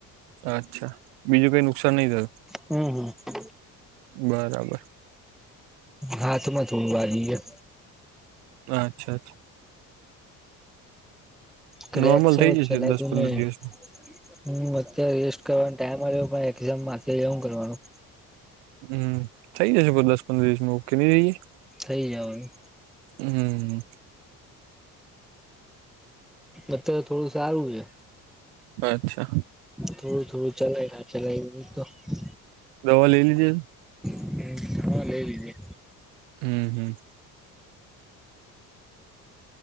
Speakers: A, on the right; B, in the centre.
A: અચ્છા બીજું કઈ નુકસાન નહી થયું.
B: હમ, હમ.
A: બરાબર.
B: હાથમાં થોડું વાગીએ.
A: અચ્છા, અચ્છા.
B: ક્રેક
A: નોર્મલ
B: છે
A: થઈ જશે
B: ચલાતું
A: દસ પંદર
B: નહીં.
A: દિવસમાં
B: હમ અત્યારે રેસ્ટ કરવાનો ટાઈમ આલયો પણ એક્ઝામ માથે છે હું કરવાનું.
A: હમ થઇ જશે બસ દસ પંદર દિવસ ઓકે <unintelligible>
B: થઈ જોવાનું.
A: હમ.
B: અત્યારે થોડું સારું છે
A: અચ્છા
B: થોડું, થોડું ચલાય ના ચલાય <unintelligible>
A: દવા લઈ લીજે
B: હમ્મ હા લઈ લઈએ
A: હમ હમ